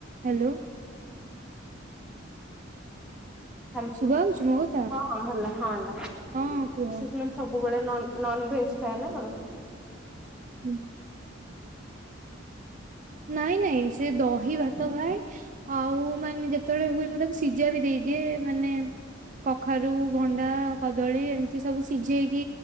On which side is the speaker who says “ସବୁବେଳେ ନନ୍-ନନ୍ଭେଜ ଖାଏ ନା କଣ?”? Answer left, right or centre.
Centre